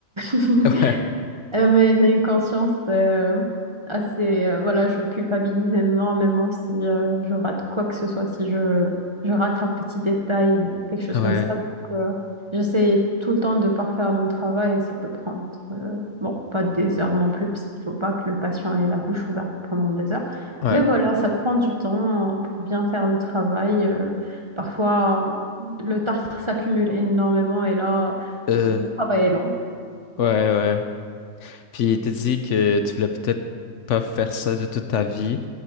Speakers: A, on the right; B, on the left.
A: <laughs>
B: <laughs>
A: Euh, mais j'ai une conscience euh, assez... euh, voilà, je culpabilise énormément si euh, je rate quoi que ce soit, si je, je rate un petit détail ou quelque chose
B: Ouais, ouais,
A: comme ça. Donc, euh, j'essaie tout le temps de parfaire mon travail et ça peut prendre... euh, bon, pas des heures non plus, parce qu'il faut pas que le patient ait la bouche ouverte pendant des heures.
B: ouais.
A: Mais voilà, ça prend du temps euh, pour bien faire le travail. euh. parfois, le tartre s'accumule énormément et là,
B: Euh,
A: le travail est long.
B: ouais, ouais. Puis t'as dit que tu voulais peut-être pas faire ça de toute ta vie.